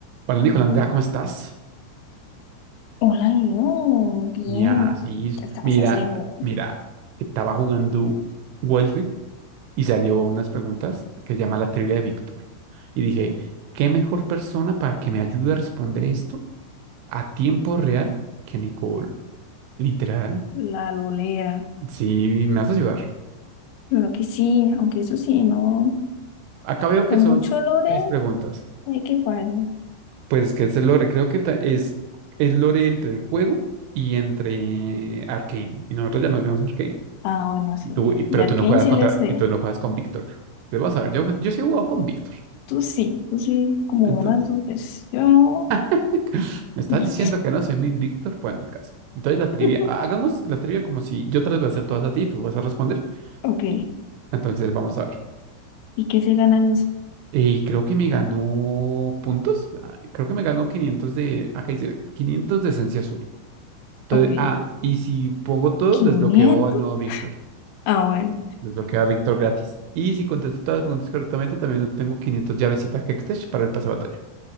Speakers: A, on the right; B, on the left.
A: Hola Nicolás, ¿cómo estás?
B: Hola, Leo, muy bien.
A: Ya, sí.
B: ¿Qué estabas
A: Mira,
B: haciendo?
A: mira, estaba jugando Wild Rift y salió unas preguntas que se llama la trivia de Víctor. Y dije, ¿qué mejor persona para que me ayude a responder esto a tiempo real que Nicole? Literal.
B: La lolera.
A: Sí, me vas a ayudar.
B: Lo que sí, aunque eso sí, no.
A: Acá veo que
B: De
A: son
B: mucho lore
A: seis preguntas.
B: hay que fallar.
A: Pues es que es el lore, creo que ta- es el lore entre el juego y entre Arcane. Y nosotros ya nos vimos Arcane.
B: Ah, bueno, sí.
A: Y tú, y- pero
B: De Arcane
A: tú no juegas
B: sí
A: contra,
B: le sé.
A: y tú no juegas con Víctor. Entonces, vas a ver, yo, yo sí he jugado con Víctor.
B: Tú sí, tú sí, como
A: Entonces,
B: unas dos veces. Yo.
A: <laughs> ¿me estás
B: y-
A: diciendo que no soy mi Víctor? Bueno, el caso. Entonces la trivia,
B: <laughs>
A: ha- hagamos la trivia como si yo te las voy a hacer todas a ti y tú vas a responder.
B: Ok.
A: Y- entonces vamos a ver.
B: ¿Y qué se gana en eso?
A: Y creo que me ganó puntos. Ah, Creo que me ganó 500 de, acá dice 500 de esencia azul. Entonces,
B: Ok.
A: ah, y si pongo todo,
B: 500.
A: desbloqueo al nuevo Víctor.
B: Ah, bueno.
A: Desbloquea a Víctor gratis. Y si contesto todas las preguntas correctamente, también obtengo 500 llavecitas Hextech para el pase de batalla.